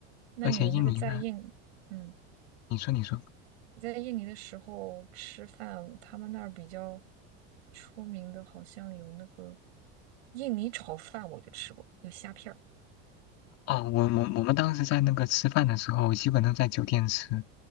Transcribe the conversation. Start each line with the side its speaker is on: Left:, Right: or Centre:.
Right: 那你那个在印，
Left: 而且印尼呢，
Right: 嗯，
Left: 你说你说，
Right: 你在印尼的时候吃饭，他们那儿比较出名的，好像有那个印尼炒饭，我就吃过，有虾片儿
Left: 哦，我我我们当时在那个吃饭的时候，基本都在酒店吃，